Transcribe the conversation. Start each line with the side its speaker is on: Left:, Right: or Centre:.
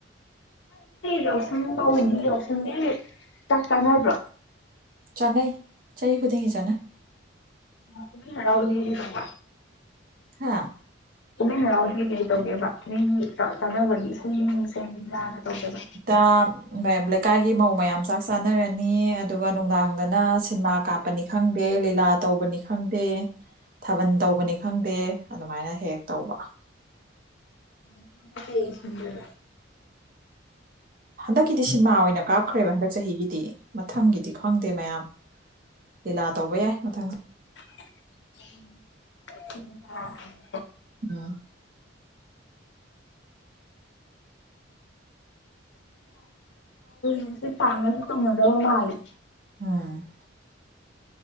Left: <inaudible> ꯌꯥꯎꯁꯪꯗꯤ ꯆꯥꯛ ꯆꯥꯅꯕ꯭ꯔꯣ
Right: ꯆꯥꯟꯅꯩ ꯆꯍꯤ ꯈꯨꯗꯤꯡꯒꯤ ꯆꯥꯟꯅꯩ
Left: ꯀꯨꯝꯍꯩ ꯍꯔꯥꯎꯗꯤ ꯀꯩ ꯀꯩ ꯇꯧꯕꯥ
Right: ꯍꯥꯥ
Left: ꯀꯨꯝꯃꯩ ꯍꯔꯥꯎꯗꯤ ꯀꯩ ꯀꯩ ꯇꯧꯒꯦꯕ ꯃꯤꯒꯤ ꯆꯥꯛ ꯆꯥꯅꯕꯒꯤ ꯏꯁꯩ ꯅꯨꯡꯁꯩ ꯂꯤꯂꯥꯒ ꯇꯧꯗꯕ
Right: ꯑꯥꯝ ꯃꯌꯥꯝ ꯂꯩꯀꯥꯏꯒꯤ ꯃꯧ ꯃꯌꯥꯝ ꯆꯥꯛ ꯆꯥꯅꯔꯅꯤ ꯑꯗꯨꯒ ꯅꯨꯡꯗꯥꯡꯗꯅ ꯁꯤꯟꯃꯥ ꯀꯥꯞꯄꯅꯤ ꯈꯪꯗꯦ ꯂꯤꯂꯥ ꯇꯧꯕꯅꯤ ꯈꯪꯗꯦ ꯊꯥꯕꯜ ꯇꯧꯕꯅꯤ ꯈꯪꯗꯦ ꯑꯗꯨꯃꯥꯏꯅ ꯍꯦꯛ ꯍꯦꯛ ꯇꯧꯕ
Left: ꯉꯁꯤꯅꯥ ꯀꯩ ꯁꯤꯟꯗꯥꯏꯕꯥ
Right: ꯍꯟꯗꯛꯀꯤꯗꯤ ꯁꯤꯟꯃꯥ ꯑꯣꯏꯅ ꯀꯥꯞꯈ꯭ꯔꯦꯕ ꯍꯟꯗꯛ ꯆꯍꯤꯒꯤꯗꯤ ꯃꯊꯪꯒꯤꯗꯤ ꯈꯪꯗꯦ ꯃꯌꯥꯝ ꯂꯤꯂꯥ ꯇꯧꯕ ꯌꯥꯏ ꯃꯊꯪ
Left: <inaudible>
Right: ꯎꯝ <inaudible>
Left: <inaudible> ꯄꯥꯛꯅꯖꯨ ꯇꯧꯅꯗꯕ ꯃꯥꯜꯂꯦ
Right: ꯎꯝ